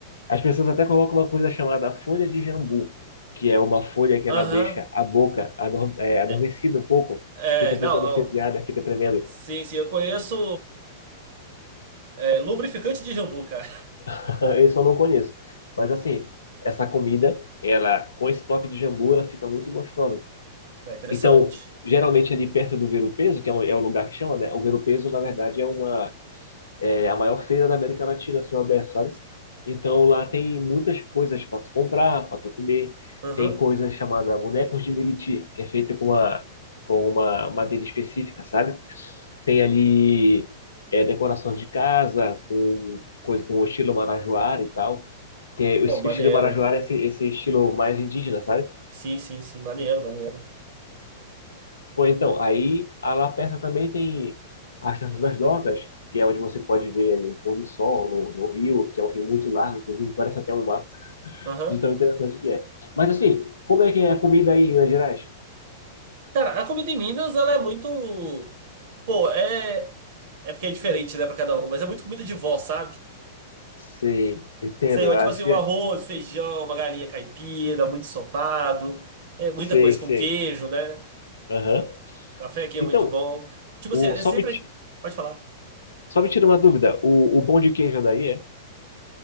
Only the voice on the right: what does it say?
Aham.
É,
é,
não,
não.
Sim, sim, eu conheço é, lubrificante de jambu, cara. <laughs>
É interessante.
Aham.
Pô,
maneiro.
Sim, sim, sim, maneiro, maneiro.
Aham.
Cara, a comida em Minas, ela é muito. Pô, é. É porque é diferente, né, pra cada um, mas é muito comida de vó, sabe?
Sei,
lá, tipo
assim, um
arroz,
feijão, uma galinha caipira, muito ensopado, é, muita
coisa
com queijo, né?
Café aqui é
muito bom. Tipo
assim, é
sempre.
Pode falar.